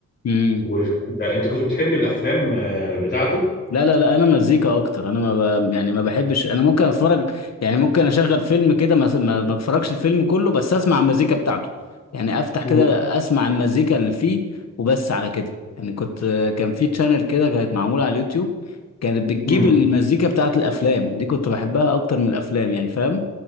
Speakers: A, on the left; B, on the left.
A: اعرف
B: والكلام ده انت كنت بتحب الافلام آه، بتاعته
A: لا لا لا انا مزيكا اكتر انا ما ب... يعني ما بحبش انا ممكن اتفرج يعني ممكن اشغل فيلم كده ما... ما ما اتفرجش الفيلم كله بس اسمع المزيكا بتاعته يعني افتح
B: مم.
A: كده اسمع المزيكا اللي فيه وبس على كده يعني كنت كان في تشانل كده كانت معمولة على اليوتيوب كانت بتجيب
B: مم.
A: المزيكا بتاعت الافلام دي كنت بحبها اكتر من الافلام يعني فاهم